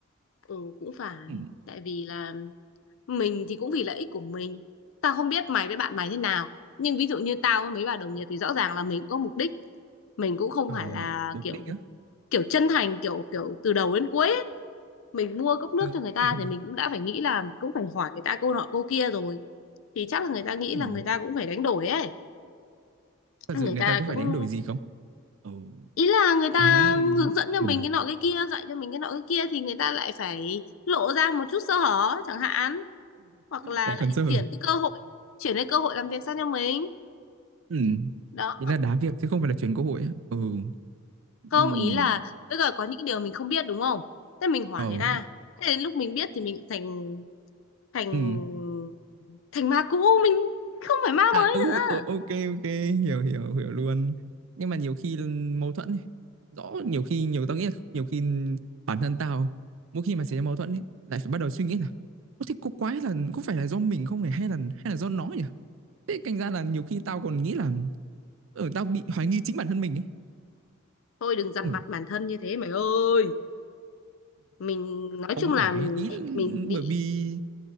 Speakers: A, on the left; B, on the right.
A: ừ cũng phải
B: Ừm,
A: tại vì là mình thì cũng vì lợi ích của mình tao không biết mày với bạn mày thế nào nhưng ví dụ như tao với mấy bà đồng nghiệp thì rõ ràng là mình cũng có mục đích mình cũng không
B: ờ,
A: phải là
B: mục
A: kiểu
B: đích á,
A: kiểu chân thành kiểu kiểu từ đầu đến cuối ấy. mình mua cốc nước
B: ừ,
A: cho người ta
B: <laughs>
A: thì mình cũng đã phải nghĩ là cũng phải hỏi người ta câu nọ câu kia rồi thì chắc là người ta nghĩ
B: ừm,
A: là người ta cũng phải đánh đổi ấy
B: thật
A: người
B: sự người
A: ta
B: ta có
A: cũng
B: phải đánh đổi gì không? Ừ.
A: ý là người ta
B: tao nghĩ
A: hướng dẫn cho
B: ừ.
A: mình cái nọ cái kia dạy cho mình cái nọ cái kia thì người ta lại phải lộ ra một chút sơ hở chẳng hạn hoặc là
B: lại
A: lại
B: còn giờ
A: chuyển cái cơ hội chuyển cái cơ hội làm việc sang cho mình
B: ừ.
A: đó
B: ý là đá việc chứ không phải là chuyển cơ hội á. ừ ừ
A: không ý là tức là có những điều mình không biết đúng không thế mình hỏi
B: ờ
A: người ta thế đến lúc mình biết thì mình thành thành
B: ừ
A: thành ma cũ mình không phải ma
B: à
A: mới
B: ừ
A: nữa
B: ờ, ok ok hiểu hiểu hiểu luôn nhưng mà nhiều khi mâu thuẫn ấy. rõ nhiều khi nhiều tao nghĩ là nhiều khi bản thân tao mỗi khi mà xảy ra mâu thuẫn ấy, lại phải bắt đầu suy nghĩ là có thế cô quái là có phải là do mình không nhỉ hay là hay là do nó nhỉ thế thành ra là nhiều khi tao còn nghĩ là ở tao bị hoài nghi chính bản thân mình ấy
A: thôi đừng dằn
B: ừ,
A: vặt bản thân như thế mày ơi mình nói
B: không
A: chung
B: phải
A: là mình
B: ý là
A: mình bị
B: bởi vì